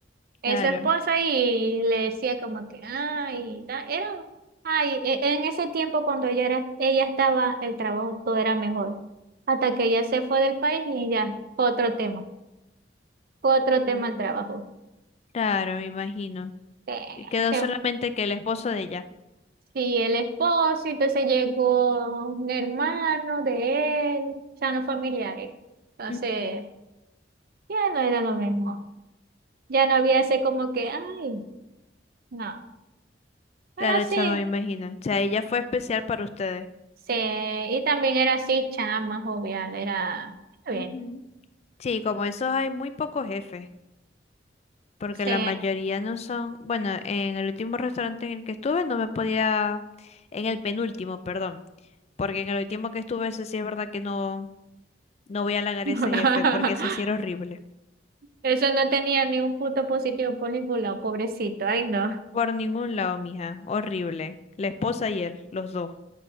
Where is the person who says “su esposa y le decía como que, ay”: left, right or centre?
Right